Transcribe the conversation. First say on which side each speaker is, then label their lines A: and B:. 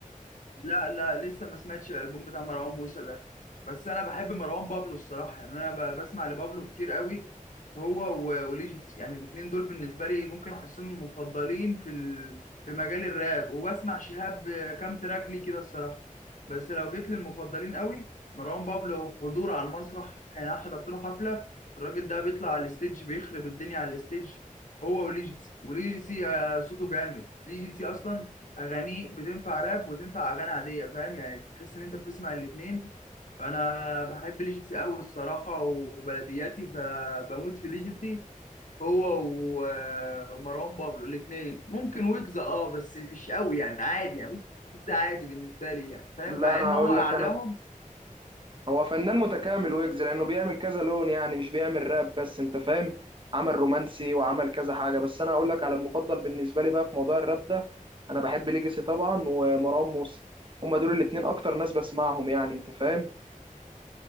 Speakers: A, on the left (about 65°); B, on the right (about 35°).
A: لا لا لسه ما سمعتش الالبوم بتاع مروان موسى ده بس انا بحب مروان بابلو الصراحه يعني انا ب- بسمع لبابلو كتير قوي هو و- وليجيس يعني الاثنين دول بالنسبه لي ممكن احسهم المفضلين في ال... في مجال الراب وبسمع شهاب كام تراك ليه كده الصراحه بس لو جيت للمفضلين قوي مروان بابلو حضور على المسرح يعني انا حضرت له حفله الراجل ده بيطلع على الستيج بيخرب الدنيا على الستيج هو وليجيس وليجيسي آه، صوته جامد ليجيسي اصلا اغانيه بتنفع راب وتنفع اغاني عاديه فاهم يعني تحس ان انت بتسمع الاثنين فانا بحب ليجيسي قوي الصراحه وبلدياتي فبموت في ليجيسي هو و- ومروان بابلو الاثنين ممكن ويجز اه بس مش قوي يعني عادي يعني ويجز عادي بالنسبه لي يعني فاهم
B: لا
A: مع
B: انا
A: ان هو
B: هقول
A: اعلاهم
B: لك انا هو فنان متكامل ويجز لانه بيعمل كذا لون يعني مش بيعمل راب بس انت فاهم عمل رومانسي وعمل كذا حاجه بس انا اقول لك على المفضل بالنسبه لي بقى في موضوع الراب ده انا بحب ليجاسي طبعا ومروان موسى هما دول الاتنين اكتر ناس بسمعهم يعني انت فاهم